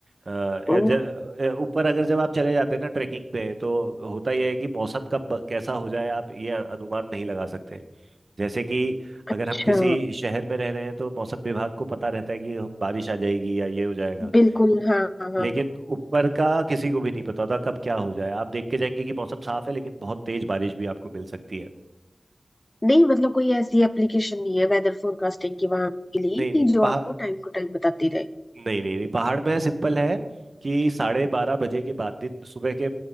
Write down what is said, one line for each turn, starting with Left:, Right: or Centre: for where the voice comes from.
Right: अ, ए,
Left: ओ
Right: ज- ए, ऊपर अगर जब आप चले जाते हैं ना ट्रैकिंग पे तो होता यह है कि मौसम कब कैसा हो जाए आप ये अनुमान नहीं लगा सकते जैसे कि
Left: अच्छा
Right: अगर हम किसी शहर में रह रहे हैं तो मौसम विभाग को पता रहता है कि बारिश आ जाएगी या ये हो जाएगा
Left: बिल्कुल हाँ हाँ हाँ।
Right: लेकिन ऊपर का किसी को भी नहीं पता था कब क्या हो जाए आप देख के जाएंगे कि मौसम साफ है लेकिन बहुत तेज बारिश भी आपको मिल सकती है
Left: नहीं मतलब कोई ऐसी एप्लीकेशन नहीं है वेदर फोरकास्टिंग की वहां के लिए
Right: नहीं नहीं
Left: कि जो
Right: पहाड़
Left: आपको टाइम टू टाइम बताती रहे
Right: नहीं नहीं नहीं पहाड़ में सिंपल है कि साढ़े बारह बजे के बाद दिन सुबह के अ,